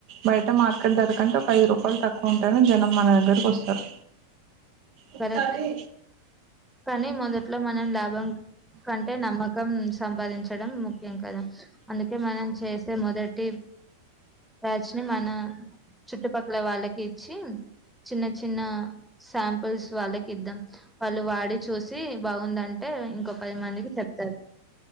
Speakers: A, on the right (about 45°); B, in the centre.
A: బయట మార్కెట్ ధరకంటే ఒక ఐదు రూపాయలు తక్కువ ఉంటాయని జనం మన దగ్గరకి వస్తారు ఒకసారి
B: కరెక్ట్ కానీ మొదట్లో మనం లాభం కంటే నమ్మకం సంపాదించడం ముఖ్యం కదా అందుకే మనం చేసే మొదటి యాక్టుల్లీ మన చుట్టుపక్కల వాళ్ళకి చిన్ చిన్న చిన్న శాం పీల్స్ వాళ్ళకి ఇద్దాం వాళ్ళు వాడి చూసి బాగుందంటే ఇంకో పది మందికి చెప్తారు